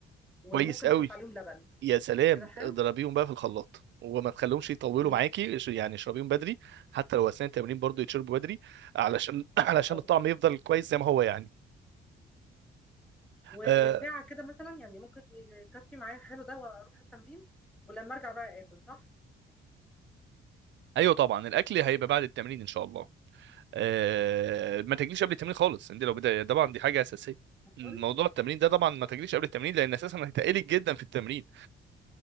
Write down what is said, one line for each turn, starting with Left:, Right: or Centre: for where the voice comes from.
Centre: وممكن
Right: كويس قوي
Centre: احط عليهم لبن
Right: يا سلام
Centre: كده حلو
Right: اضربيهم بقى في الخلاط وما تخليهمش يطولوا
Centre: ماشي
Right: معاكي اش- يعني اشربيهم بدري حتى لو اثناء التمرين برضو يتشربوا بدري علشان <coughs> <clears throat> علشان
Centre: اه
Right: الطعم يفضل كويس زي ما هو يعني
Centre: وساعة
Right: آه
Centre: كده مثلا يعني ممكن يكفي معايا حلو ده واروح التمرين ولما ارجع بقى اكل صح
Right: ايوه طبعا الاكل هيبقى بعد التمرين ان شاء الله آه ما تجليش قبل التمرين خالص انت لو بدأ طبعا دي حاجه اساسيه
Centre: ما اكلش
Right: موضوع التمرين ده طبعا ما تجليش قبل التمرين لان اساسا هيتقلك جدا في التمرين